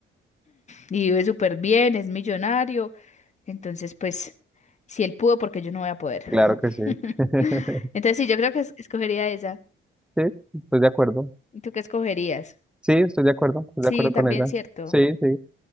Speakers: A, on the left (about 35°); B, in the centre.
A: y vive súper bien, es millonario, entonces pues si él pudo, porque yo no voy a poder.
B: claro que sí.
A: <laughs>
B: <laughs>
A: Entonces sí, yo creo que es- escogería esa.
B: Sí, estoy de acuerdo.
A: ¿Y tú qué escogerías?
B: Sí, estoy de acuerdo, estoy
A: Sí,
B: de acuerdo
A: también
B: con esa.
A: cierto.
B: Sí, sí,